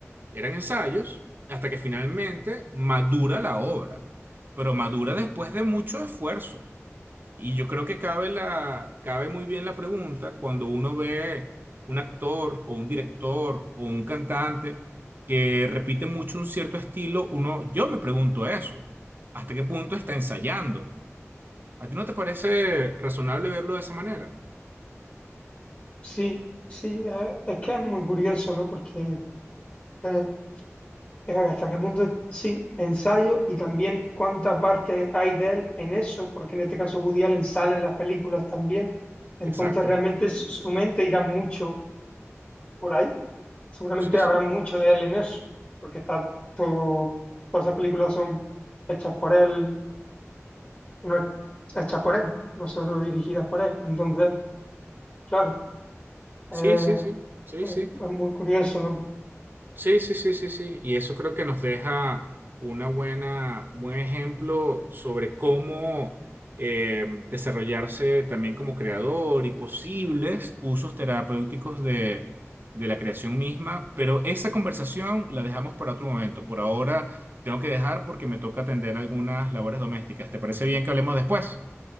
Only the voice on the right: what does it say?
Eran ensayos hasta que finalmente madura la obra. Pero madura después de mucho esfuerzo. Y yo creo que cabe la, cabe muy bien la pregunta cuando uno ve un actor o un director o un cantante que repite mucho un cierto estilo, uno, yo me pregunto eso, ¿hasta qué punto está ensayando? ¿A ti no te parece razonable verlo de esa manera?
Exacto.
Sí, sí,
sí,
sí, sí, sí,
sí.
Sí, sí, sí, sí, sí. Y eso creo que nos deja una buena, un buen ejemplo sobre cómo eh, desarrollarse también como creador y posibles usos terapéuticos de, de la creación misma. Pero esa conversación la dejamos para otro momento. Por ahora tengo que dejar porque me toca atender algunas labores domésticas. ¿Te parece bien que hablemos después?